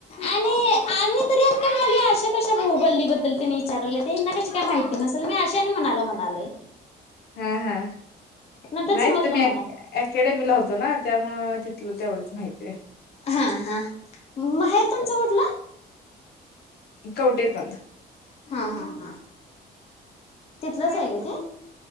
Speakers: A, on the left; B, on the left.
A: आणि आणि तरी <unintelligible> मुली आशा कशा भाहू बल्लीबद्दल तिनी विचारले ते हयाना कशी काय माहिती नसेल मी अशा ह्यांनी म्हनाला म्हणालय
B: हा हा
A: नंतर
B: नाहीच
A: समजलं
B: तुम्ही
A: मला.
B: अकॅ डमीला होतो ना त्यामुळ अ तिथलं तेवढंच माहित
A: हा हा माहेर तुमचं कुटलं?
B: कौटेकंद
A: हा हा हा तिथलंच आहे काय ते?